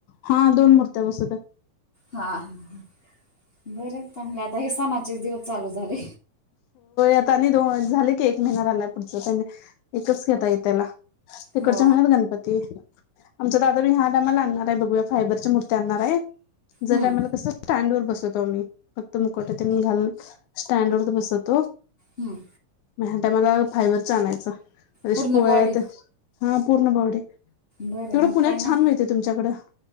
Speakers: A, on the left; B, on the left.
A: हा दोन मूर्त्या बसतात.
B: हा हा बर चांगले आता हे सणाचेच दिवस चालू झाले.
A: आता आणि दो झाले एक महिना राहिलाय पुढचा त्यांनी एकच घेता य त्याला. तिकडच्या
B: हो
A: महिन्यात गणपती आमचा दादा बी हा टयमला आणणार आहे बघूया. फायबरच्या मूर्ती आणणार आहे. जरी
B: हम्म
A: आम्हाला कसं स्टँड वर बसवतो. आम्ही फक्त मुकुट ते घालून स्टँड वरती बसवतो.
B: हम्म.
A: या टाईमाला फायबर च आणायचं
B: पूर्ण
A: <unintelligible> पोळ्या
B: बॉडी
A: ते हा पूर्ण बॉडी तेवढं
B: बरं मग
A: पुण्यात
B: काय नाही.
A: छान! मिळत तुमच्याकडं.